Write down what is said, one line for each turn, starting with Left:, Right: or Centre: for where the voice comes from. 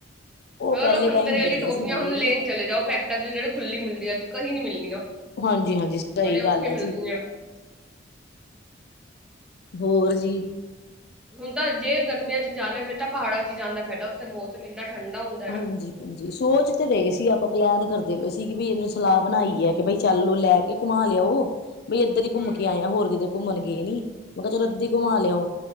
Left: ਉਹ
Centre: ਔਰ
Left: ਪਹਿਲੇ
Centre: ਓ ਸੰਤਰੇ
Left: ਟਾਈਮ
Centre: ਅਲੀ
Left: ਵਧੀਆ
Centre: ਟੋਫੀਆਂ
Left: ਸੀ ਬਹੁਤ
Centre: ਹੁਣ ਲੇਣ ਚਲੇ ਜਾਓ, ਪੈਕਟਾਂ 'ਚ ਜੜੇ ਖੁੱਲੀ ਮਿਲਦੀ ਤੇ ਕਹੀ ਨੀ ਮਿਲਨੀਆਂ।
Left: ਹਾਂਜੀ ਹਾਂਜੀ ਸਹੀ
Centre: ਬੜੇ ਔਖੇ
Left: ਗੱਲ ਹੈ
Centre: ਮਿਲਦੀਆਂ।
Left: ਜੀ ਹੋਰ ਜੀ।
Centre: ਹੁਣ ਤਾਂ ਜੇ ਗਰਮੀਆਂ 'ਚ ਜਾਣਾ ਫੇਰ ਤਾਂ ਪਹਾੜਾਂ 'ਚ ਜਾਨ ਦਾ ਫੈਦਾ ਓਥੇ ਮੌਸਮ ਇੰਨਾ ਠੰਡਾ ਹੁੰ-
Left: ਹਾਂਜੀ। ਹਾਜੀ ਸੋਚ ਤੇ ਰਹੇ ਸੀ ਆਪਾਂ ਪਲੈਨ ਕਰਦੇ ਪਏ ਸੀ। ਕਿ ਵੀ ਇਹਨੂੰ ਸਲਾਹ ਬਣਾਈ ਐ ਕਿ ਬਈ ਚੱਲ ਇਨੂੰ ਲੈ ਕੇ। ਤੇ ਘੁੰਮਾ ਲੈ ਆਓ। ਬਈ ਇੱਧਰ ਹੀ
Centre: ਹੂੰ
Left: ਘੁੰਮ ਕੇ ਆਇਆ ਹੋਰ ਕਿਧਰ ਘੁੰਮਣ ਗਏ ਨੀ ਮੈਂ ਕਿਹਾ ਚਲੋ ਇੱਧਰ ਹੀ ਘੁੰਮਾ ਲਿਆਓ,